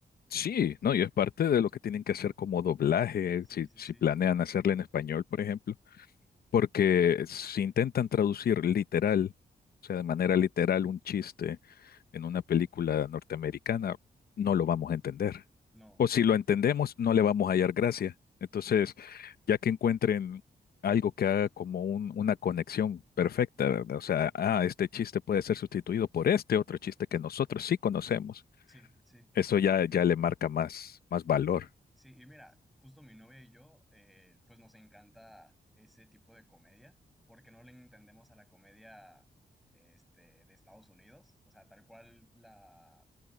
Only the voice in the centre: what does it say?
Sí,
sí,
sí.
No,
sí, sí.
Sí, y mira, justo mi novia y yo, eh, pues nos encanta ese tipo de comedia, porque no le entendemos a la comedia este, de Estados Unidos, o sea, tal cual la,